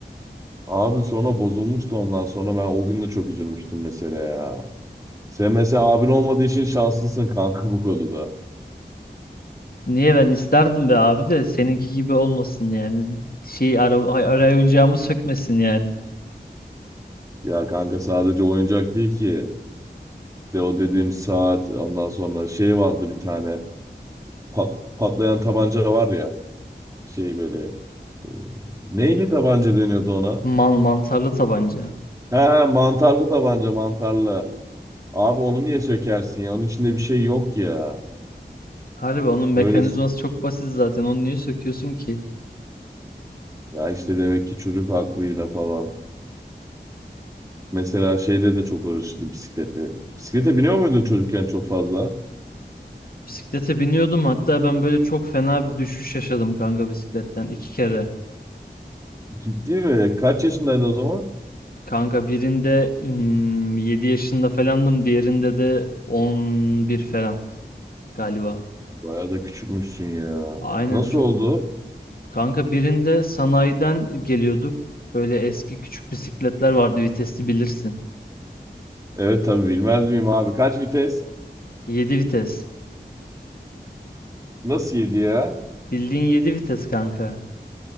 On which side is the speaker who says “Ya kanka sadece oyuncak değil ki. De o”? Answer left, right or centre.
Right